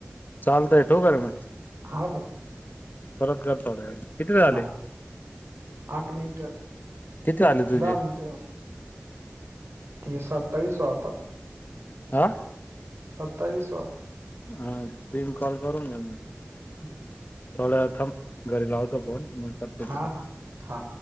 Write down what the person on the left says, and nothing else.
चालत आहे ठेऊका का रे मी.
परत कर थोड्या व कितीे वेळा
आले.
किती आले तुझे
हा.
हा ती कॉल करून घ्या मग.
थोड्या वेळ थांब घरी लावतो फोन मग. करतो
तुला